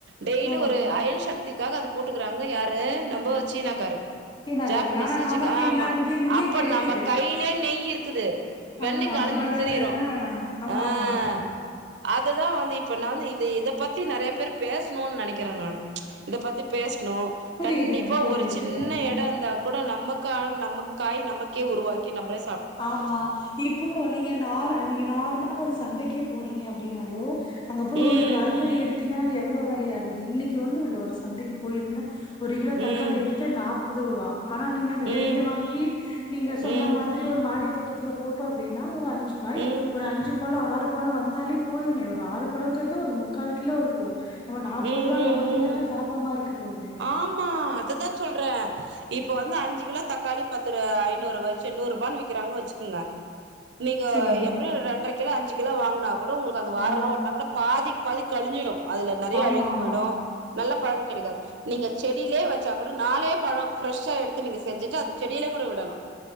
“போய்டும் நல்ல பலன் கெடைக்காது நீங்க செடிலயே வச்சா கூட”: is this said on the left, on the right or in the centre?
Right